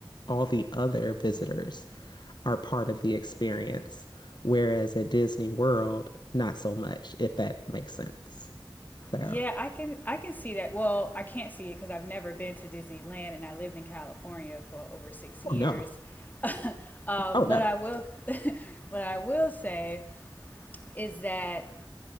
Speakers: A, on the left; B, on the left.
A: all the other visitors are part of the experience. Whereas at Disney World, not so much, if that makes sense. So,
B: Yeah, I can I can see that. Well, I can't see it because I've never been to Disneyland and I lived in California for over six
A: oh
B: years.
A: no,
B: <laughs> um,
A: oh no,
B: but
A: it
B: I will <laughs> what I will say is that